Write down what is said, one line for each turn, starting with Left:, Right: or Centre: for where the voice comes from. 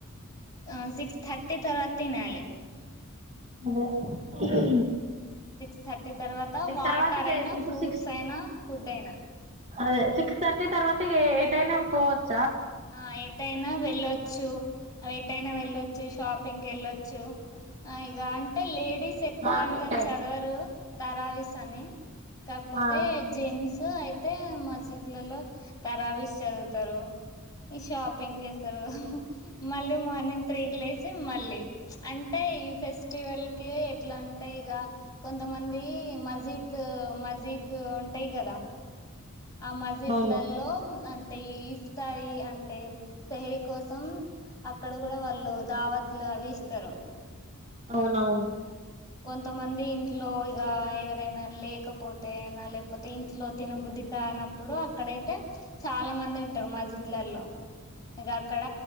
Left: ఆ సిక్స్ థర్టీ తర్వాత తినాలి
Right: దగ్గు సౌండ్
Left: సిక్స్ థర్టీ తర్వాత వాటర్
Right: తర్వాత ఇక
Left: అయినా
Right: ఇప్పుడు
Left: ఫ్రూట్స్
Right: సిక్స్
Left: అయినా ఫుడ్ అయినా
Right: అదే సిక్స్ థర్టీ తర్వాత ఎయిట్ అయినా పోవచ్చు
Left: ఆ ఎటైనా వెళ్ళొచ్చు ఎటైనా వెళ్ళొచ్చు షాప్ కు పిక్నిక్ వెళ్ళొచ్చు ఇగ అంటే లేడీస్ ఎక్కువ
Right: మార్నింగ్
Left: అంతా
Right: టైమ్
Left: చదవరు తరావస్ అని కాకపోతే
Right: ఆ
Left: జెంట్స్ అయితే మసీద్ లో తరావస్ చదువుతారు ఈ షాపింగ్ చేస్తారు మళ్ళీ మార్నింగ్ త్రీ క లేసి మళ్ళీ అంటే ఈ ఫెస్టివల్ కి ఎట్లా ఉంటాయిగా కొంతమంది మజీత్ మజీత్ ఉంటాయి కదా ఆ మజిద్లలో
Right: అవును
Left: అ టె ఈ ఇఫ్తాయి అంటే సహరి కోసం అక్కడ కూడా వాళ్ళు దావత్లు అవి ఇస్తారు
Right: ఔనవును
Left: కొంతమంది ఇంట్లో ఇగా ఎవరైనా లేకపోతేనా లేకపోతే ఇంట్లో తినబుద్ధి కాకపోతే కానప్పుడు అక్కడైతే చాలా మంది ఉంటారు మజీద్ లల్లో ఇంకా అక్కడ